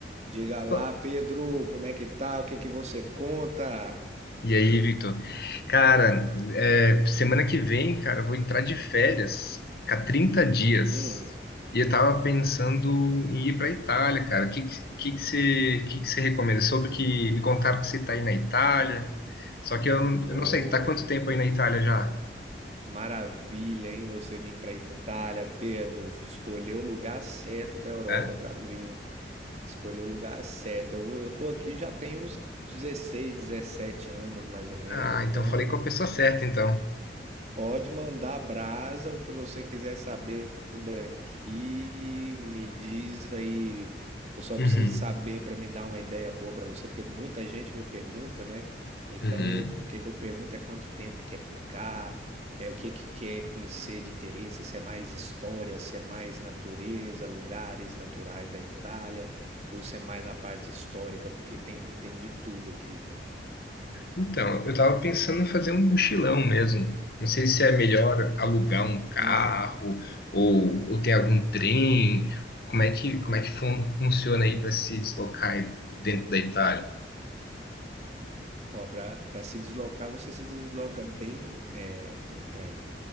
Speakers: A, on the right; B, on the left.
A: Diga lá,
B: Pô,
A: Pedro, como é que tá? O que que você conta?
B: E aí, Vitor? Cara, é, semana que vem, cara, eu vou entrar de férias, ficar trinta dias.
A: Hum,
B: E eu tava pensando em ir pra Itália, cara. O que que que que você que que você recomenda? Sobre que me contaram que você tá aí na Itália. Só que eu, não-
A: ô,
B: eu não sei, tá quanto tempo aí na Itália já?
A: maravilha, hein? Você vir pra Itália, Pedro. Escolheu o lugar certo da Europa
B: É?
A: pra vir. Escolheu o lugar certo. Eu, vou- eu tô aqui já tem uns 16, 17 anos, mais ou menos,
B: Ah,
A: então
B: então falei com a pessoa certa, então.
A: Pode mandar brasa, o que você quiser saber daqui, me diz aí. Eu só
B: Uhum.
A: preciso saber para me dar uma ideia boa para você, porque muita gente me pergunta, né? Então,
B: Uhum.
A: eu- o que que eu pergunto é quanto tempo quer ficar, é o que que quer conhecer de interesse, se é mais história, se é mais natureza, lugares naturais da Itália, ou se é mais a parte histórica, porque tem, tem de tudo aqui, né?
B: Então, eu tava pensando em fazer um mochilão mesmo. Não sei se é melhor alugar um carro
A: Hum.
B: ou, ou ter algum trem. Como é que, como é que fun- funciona aí para se deslocar dentro da Itália?
A: Ó, para para se deslocar, você se desloca bem é, em trem,